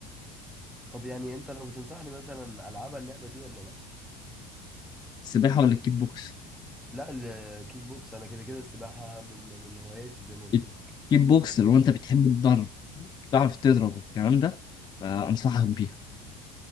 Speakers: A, in the centre; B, on the left.
A: طب يعني انت لو بتنصحني مثلا العبها اللعبة دي ولا لا
B: السباحة ولا الكيك بوكس
A: لا الكيك بوكس انا كده كده السباحة من من هواياتي زي ما قلت
B: الكيك
A: لك
B: بوكس لو أنت بتحب الضرب تعرف تضرب والكلام ده فأنصحك بيها